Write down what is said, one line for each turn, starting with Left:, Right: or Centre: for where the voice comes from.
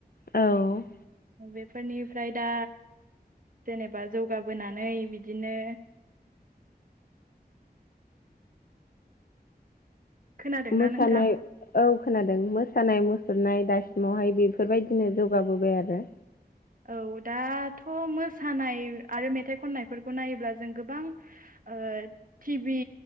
Left: औ।
Right: बेफोरनिफ्राय दा जेनेबा जौगाबोनानै बिदिनो खोनादोंना
Left: मोसानाय
Right: नोंथां
Left: औ। खोनादों मोसानाय मुसुरनाय दासिमावहाय बेफोरबायदिनो जौगाबोबाय आरो।
Right: औ दाथ' मोसानाय आरो मेथाइ खननायफोरखौ नायोब्ला जों गोबां ओ टिभि